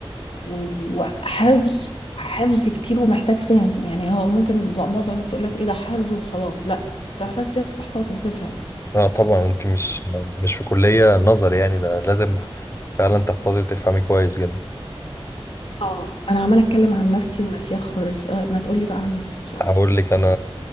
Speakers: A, on the left; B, on the left.
A: وحفظ حفظ كتير ومحتاج فهم يعني هو ممكن معظم الناس تقول لك ايه ده حفظ وخلاص لا ده محتاج تحفظ وتفهم
B: اه طبعا انت مش مش في كليه نظري يعني ده لازم فعلا تحفظي وتفهمي كويس جدا
A: اه انا عماله اتكلم عن نفسي وناسياك خالص آه، ما تقولي بقى عن نفسك شويه
B: هقول لك انا